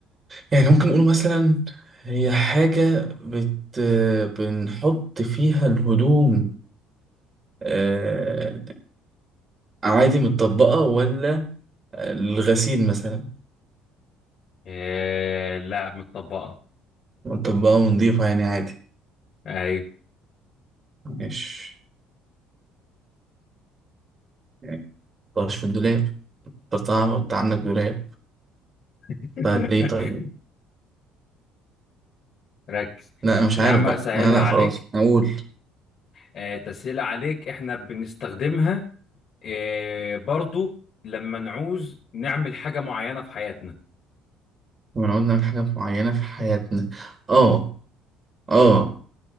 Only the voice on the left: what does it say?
آه لا متطبقه
ايوه
<laughs>
ركز
يا
عم
اسهلها
عليك
آه، تسهيلة عليك احنا بنستخدمها آه، برضو لما نعوز نعمل حاجة معينة في حياتنا